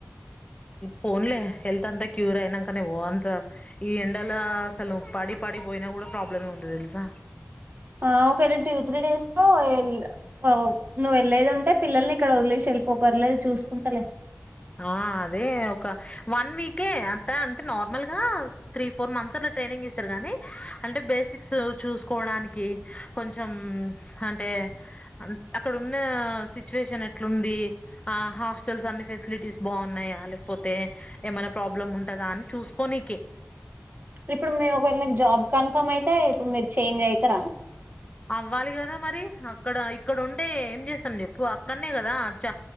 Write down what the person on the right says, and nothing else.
ఆ ఒకవేళ టూ త్రీ డేస్ కో వేలు నువ్వు వెళ్ళేది ఉంటే పిల్లల్ని ఇక్కడ వదిలేసి వెళ్ళిపో పర్లేదు చూసుకుంటలే
ఇప్పుడు మేము ఒకవేళ నీకు జాబ్ కన్ఫర్మ్ అయితే ఇప్పుడు మీరు చేంజ్ అయితారా